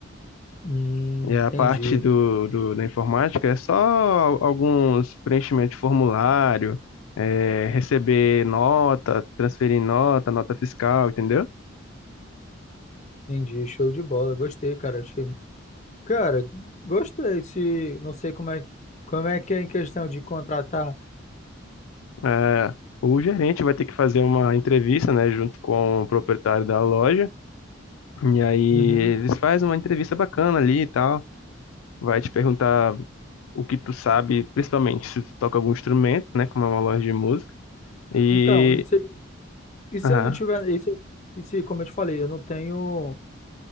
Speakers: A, on the left; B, on the left.
A: Hum,
B: E a
A: entendi,
B: parte do, do- da informática é só al- alguns preenchimentos de formulário, eh, receber nota, transferir nota, nota fiscal, entendeu?
A: entendi. Show de bola. Gostei, cara. Achei... Cara, gostei. Se... Não sei como é... como é que é em questão de contratar.
B: Eh, o gerente vai ter que fazer uma entrevista, né, junto com o proprietário da loja E aí
A: Uhum.
B: eles fazem uma entrevista bacana ali e tal, vai te perguntar o que tu sabe, principalmente se tu toca algum instrumento, né, como é uma loja de música. E,
A: Então, e se... e se
B: aham.
A: eu não tiver. E se... e se, como eu te falei, eu não tenho.